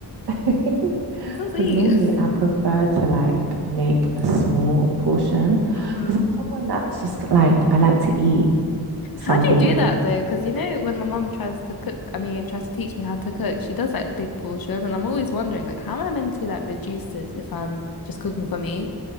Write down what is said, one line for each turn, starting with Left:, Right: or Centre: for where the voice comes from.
Right: Because
Left: <laughs> You're so sweet.
Right: <laughs> normally
Left: <laughs>
Right: I prefer to like make a small portion
Left: Mm-hmm.
Right: because I'm someone that just like I like to eat something.
Left: How do you do that though? Because, you know, when my mom tries to cook, I mean, tries to teach me how to cook, she does like big portions. And I'm always wondering, like, how am I meant to like reduce this if I'm just cooking for me?